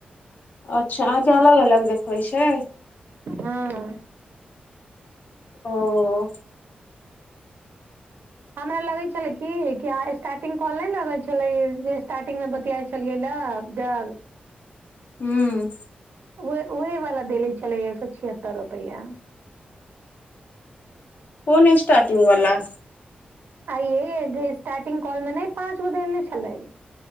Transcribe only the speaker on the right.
हँ
हमरा लगै छलै की की आ एस स्टार्टिंग कॉल नहि लगै छलै, जे स्टार्टिंग मे बतियाइ छलियै ल ज
वए वऐ वाला देले छलै, एक सौ छिहत्तर रुपैया
आइ ये जे स्टार्टिंग कॉल मे नहि पाँच गो देने छलै।